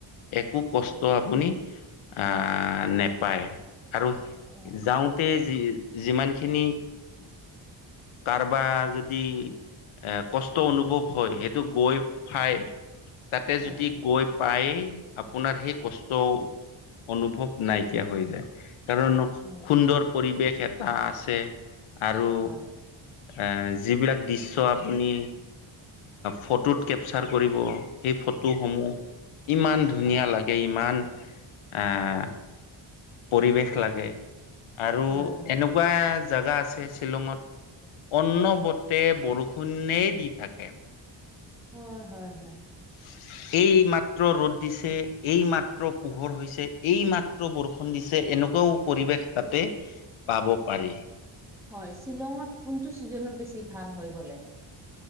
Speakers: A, on the left; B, in the centre.
A: একো কষ্ট
B: হয়,
A: আপুনি আহ নোপায় আৰু
B: অ
A: যাওঁতে যি যিমান খিনি কাৰবা যদি এ কষ্ট অনুভৱ হয় সেইটো গৈ খাই তাতে
B: হয়
A: যদি গৈ পায়ে আপোনাৰ সেই কষ্ট অনুভৱ নাইকিয়া হৈ যায়। কাৰণ
B: হয়
A: সুন্দৰ পৰিৱেশ এটা আছে আৰু।
B: হয়
A: এ যিবিলাক দিশ চ' আপুনি ফটোত কেপচাৰ কৰিব সেই ফটোসমূহ ইমান ধুনীয়া
B: হয়
A: লাগে ইমান আহ পৰিৱেশ লাগে আৰু
B: হয় হয়
A: এনেকুৱা জোগা আছে শ্বিলঙত অন্ন
B: হয়
A: বটে বৰষুণেই দি থাকে।
B: হয় হয় হয়।
A: হয় এইমাত্ৰ ৰ'দ দিছে এইমাত্ৰ পোহৰ হৈছে এইমাত্ৰ বৰষুণ দিছে এনেকুৱা পৰিৱেশ তাতে পাব পাৰি
B: হয় শ্বিলঙত কোনটো ছিজনত বেছি ভাল হৈ গ'লে।